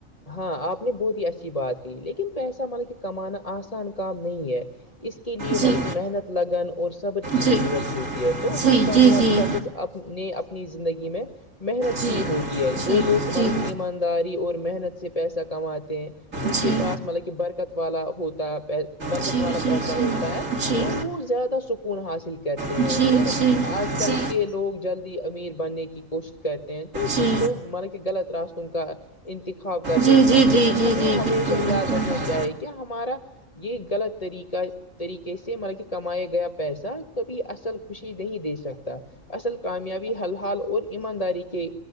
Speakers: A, on the left; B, on the right.
A: ہاں آپ نے بہت ہی اچھی بات کہ لیکن پیسہ مطلب کہ کمانا آسان کام نہیں ہے اس کے لیے
B: جی
A: مان کے محنت لگن اور صبر کی ضرورت
B: جی
A: ہوتی ہے تو
B: جی
A: ہر کامیاب
B: جی جی
A: شخص اپ نے اپ زندگی میں محنت
B: جی
A: کی ہوتی ہے جو
B: جی
A: لوگ مطلب
B: جی
A: کہ ایمانداری اور محنت سے پیسہ کماتے ہیں ان
B: جی
A: کے
B: جی جی
A: پاس مطلب کہ برکت والا ہوتا ہے پیسہ برکت
B: جی
A: والا
B: جی
A: پیسہ
B: جی
A: ہوتا ہے
B: جی
A: اور وہ زیادہ سکون حاصل کر ہیں
B: جی
A: اور
B: جی جی
A: آج کل
B: جی
A: لوگ جلدی امیر بننے کی کوشش کرتے ہیں تو کچھ
B: جی
A: لوگ مان کے غط راستتے کا انتخاب کر لیتے
B: جی
A: ہیں لیکن
B: جی جی
A: ہمیں
B: جی بالکل
A: ہمیشہ یاد
B: بالکل
A: رکھنا چاہیے کہ ہمارا یہ غلط طریقہ طریقے سے مطلب کہ کمایا گیا پیسہ کبھی اصل خوشی نہیں دے سکتا اصل کامیابی ہرحال اور ایمانداری کے